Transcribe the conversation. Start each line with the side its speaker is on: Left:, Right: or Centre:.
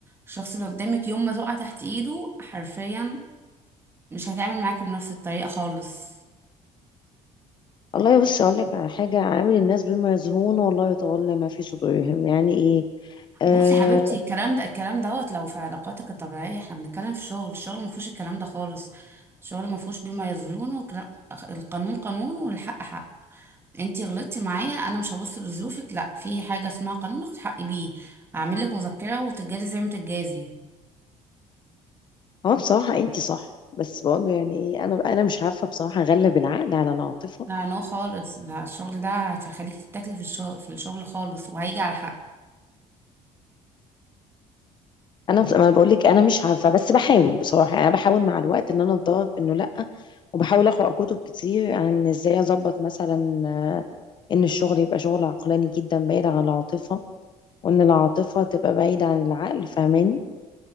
Right: الشخص اللي قدامك يوم ما تقع تحت ايده حرفيا مش هيتعامل معاكي بنفس الطريقة خالص
Left: والله بص اقول لك على حاجه عامل الناس بما يزهون والله يتولى ما في صدورهم يعني ايه آه
Right: بصي يا حبيبتي الكلام ده الكلام دوت لو في علاقاتك الطبيعية احنا بنتكلم في شغل الشغل ما فيهوش الكلام ده خالص الشغل ما فيهوش بما يظلمون والكلام- القانون قانون والحق حق انتي غلطتي معايا انا مش هبص لظروفك لا في حاجه اسمها قانون اخد حقي بيه هعمل لك مذكره وتتجازي زي ما تتجازي
Left: هو بصراحه انت صح بس بقول له يعني ايه انا انا مش عارفه بصراحه اغلب العقل على العاطفه
Right: لا نو خالص ده الشغل ده هيخليك تتاكلي في الشغل في الشغل خالص وهيجي على حق
Left: انا بص- ما انا بقول لك انا مش عارفه بس بحاول بصراحه يعني انا بحاول مع الوقت ان انا اتدرب انه لا وبحاول اقرا كتب كتير عن ازاي اظبط مثلا آه، ان الشغل يبقى شغل عقلاني جدا بعيد عن العاطفه وان العاطفه تبقى بعيده عن العقل فاهماني